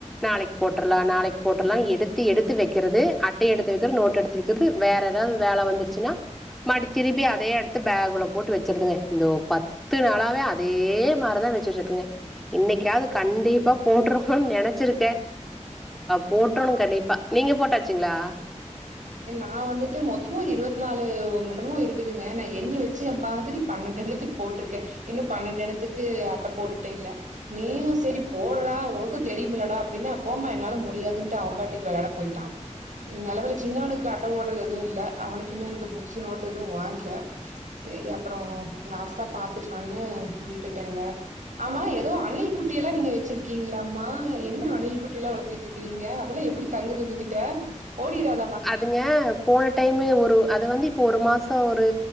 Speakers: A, in the centre; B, on the right (about 80°).
A: நாளைக்கு போட்டுலாம் நாளைக்கு போட்லாம் எடுத்து எடுத்து வைக்கிறது அட்டை எடுத்துக்க நோட் எடுத்து வக்க வேற ஏதாவது வேலை வந்துச்சுன்னா திரும்பி அதே எடுத்துல போட்டு வச்ச பத்து நாளாவே அதே மாதிரின்ச்ச இனிகவது கண்டிப்பா நெனைச்சிருக்கேன் போற்றணும் கண்டிப்பா நீங்க போட்டாச்ச ங்களா
B: நான் வந்துட்டு மொத்தமும் இருபத்தி நாலு மணமும் இருக்குதுங்க நான் எண்ணி வச்ச மாதிரி பன்நெண்டனதுக்கு போட்டிருக்கேன் இன்னும் பன்நெண்டனதுக்கு அட்ட போட்டுட்டு இல்ல நீயும் சரி போடுடா உனக்கும் தெரியும்லடா அப்படின்னா போமா என்னால முடியாதுன்ட்டு அவன்பாட்டுக்கு விளாட போயிட்டான் நல்ல வேள சின்னவனுக்கு அட்டை போடுறது எதுவும் இல்ல அவனுக்கு இன்னும் புக்ஸ் நோட்டு எதுவும் வாங்கல சரி அப்புறம் லாஸ்ட்டா பாத்துக்கலாம்னு விட்டுட்டேங்க ஆமா ஏதோ அணில் குட்டிய எல்லாம் நீங்க வச்சிருக்கீங்களாமா என்ன அணில் குட்டி எல்லாம் வளர்த்தட்டு இருக்கீங்க அதெல்லாம் எப்படி தங்குது உங்க கிட்ட ஓடிராது
A: அதுங்க போன டைமு ஒரு அது வந்து இப்போ ஒரு மாசம் ஒரு